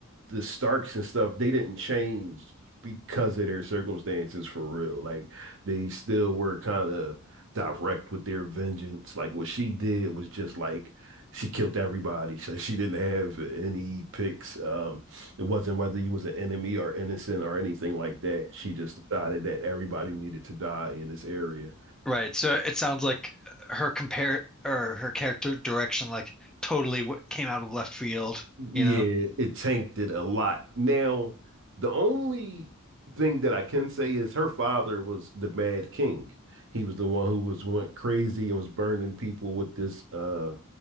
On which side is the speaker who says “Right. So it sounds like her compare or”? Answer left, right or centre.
Centre